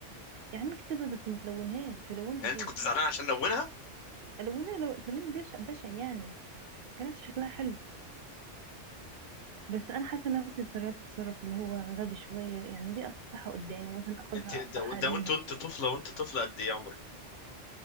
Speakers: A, on the right; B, on the left.
A: يا عم اكتبها بس ما تلونهاش تلونها
B: يعني
A: ليه
B: انت كنت زعلان عشان لونها
A: الونها لو تلوين بشع بشع يعني كانت شكلها حلو بس انا حاسه نفسي اتطرفت تصرف اللي هو غبي شويه يعني دي اقطعها قدامي مثلا اخدها
B: انت ده
A: اقطعها ارميها
B: ده وانت وانت طفله وانت طفله قد ايه عمرك